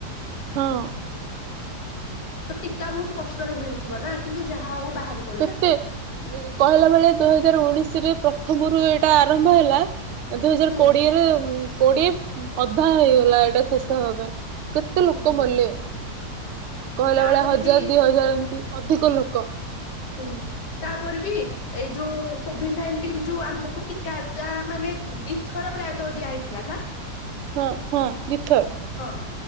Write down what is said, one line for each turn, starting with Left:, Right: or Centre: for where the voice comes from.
Right: ହଁ।
Left: ତ ଟୀକା ବହୁତ କଷ୍ଟରେ ମିଳିଥିବ ନା କିନ୍ତୁ ଯାହା ହଉ। ବାହାରି ପଡିଲା
Right: କେତେ କହିଲା ବେଳେ ଦୁଇ ହଜାର ଉଣେଇଶ ରେ ପ୍ରଥମରୁ ଏଇଟା ଆରମ୍ଭ ହେଲା। ଦୁଇ ହଜାର
Left: ହୁଁ
Right: କୋଡିଏରେ କୋଡିଏ ଅଧା ହେଇଗଲା ଏଇଟା ଶେଷ ହବା ପାଇଁ। କେତେ ଲୋକ
Left: ହୁଁ।
Right: ମଲେ କହିଲା
Left: ତାପରେ
Right: ବେଳେ ହଜାର
Left: ବି
Right: ଦି ହଜାର ଏମତି ଅଧିକ ଲୋକ।
Left: ହୁଁ ତାପରେ ବି ଏଇ ଯୋଉ କୋଭିଡ ନାଇଣ୍ଟିନ ଯୋଉ ଆମକୁ ଟିକା ମାନେ ଦିଥର ପ୍ରାୟତଃ ଦିଆହଇଥିଲା ନା?
Right: ହଁ ହଁ ଦିଥର।
Left: ତି ହଁ